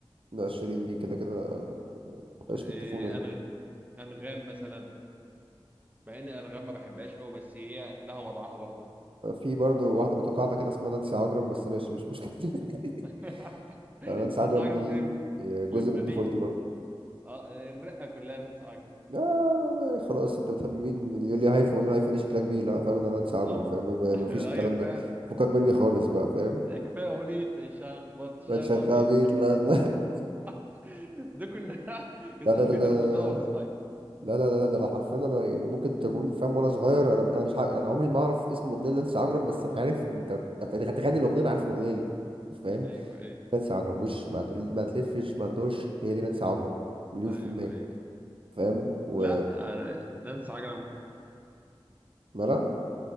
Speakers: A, on the right; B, on the right.
A: لا شيرين دي كده كده عشق
B: آه،
A: الطفولة دي
B: أنغ... انغام مثلا مع ان انغام ما بحبهاش قوي بس هي لها وضعها برضه
A: في برضو واحدة متقاعدة كده اسمها نانسي عجرم بس ماشي مش مشكلة <laughs>
B: <laughs>
A: نانسي
B: نانسي
A: عجرم
B: عجرم
A: دي
B: دي <laughs>
A: جزء
B: لبنانيه
A: من طفولتي برضو
B: اه الرقه كلها نانسي عجرم
A: آه خلاص انت بتحب مين يقول لي هايفا اقول له هايفا دي شكلها كبير لا فاهم انا انسى عجرم
B: اه
A: فاهم ما
B: <laughs>
A: ما فيش الكلام
B: ايوه فعلا
A: ده فكك مني خالص بقى فاهم
B: كفايه اغنيه شخبط شخابيط
A: ما تشغبيت لخبط.
B: <laughs> ده كنا <laughs>
A: <laughs>
B: كانت
A: لا ده
B: اغنيتي
A: ده ده ده
B: المفضله وانا صغير
A: لا لا لا لا ده انا حرفيا انا يعني ممكن تكون فاهم وانا صغير انا انا مش عارف انا عمري ما اعرف اسم الاغنيه اللي انسى عجرم بس انا عارف انت هت- هتغني الاغنيه انا عارف الاغنيه دي فاهم
B: ايوه ايوه
A: نانسي عجرم وش ما تقول ما تلفش ما تدورش هي دي نانسي عجرم مليون
B: ايوه
A: في المية
B: ايوه
A: فاهم و
B: لا أنا نانسي عجرم
A: مالها